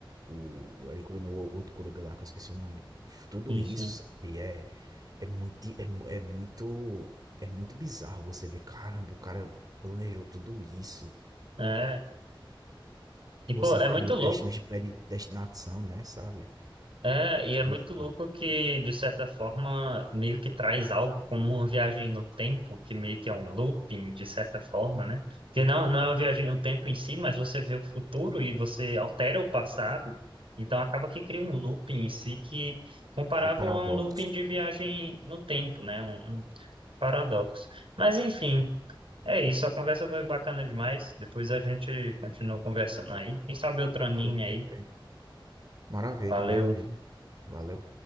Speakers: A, on the right; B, on the right.
A: O, o Eren Kruger, não, o outro Kruger lá, que eu esqueci o nome. Tudo
B: sim,
A: isso,
B: sim.
A: sabe? É, é, muito, é, mu- é muito. É muito bizarro você ver, caramba, o cara planejou tudo isso.
B: É, e, pô,
A: Você
B: é
A: cria
B: muito louco.
A: questões de predestinação, né, sabe.
B: É, e é
A: É bizarro.
B: muito louco que, de certa forma, meio que traz algo como uma viagem no tempo, que meio que é um looping, de certa forma, né? Que não, não é uma viagem no tempo em si, mas você vê o futuro e você altera o passado, então acaba que cria um looping em si que, comparável
A: E o paradoxo.
B: a um looping de viagem no tempo, né? Um, um paradoxo. Mas, enfim, é isso, a conversa foi bacana demais, depois a gente continua conversando aí. Quem sabe outro
A: Perfeito,
B: anime aí.
A: perfeito. Maravilha,
B: Valeu!
A: maravilha. Valeu.